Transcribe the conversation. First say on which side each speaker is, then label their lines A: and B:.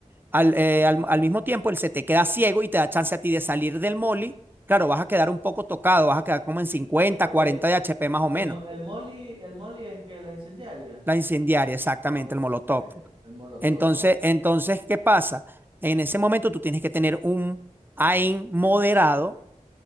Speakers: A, on the right; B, on the right.
A: Al, eh, al, al mismo tiempo, él se te queda ciego y te da chance a ti de salir del molly. Claro, vas a quedar un poco tocado, vas a quedar
B: Eh,
A: como en 50,
B: Ok,
A: 40 de HP más o
B: el,
A: menos.
B: mo- el molly, el molly es que la incendiaria.
A: La incendiaria, exactamente,
B: Ok,
A: el molotov.
B: el molotov
A: Entonces,
B: ya no.
A: entonces, ¿qué pasa? En ese momento tú tienes que tener un aim moderado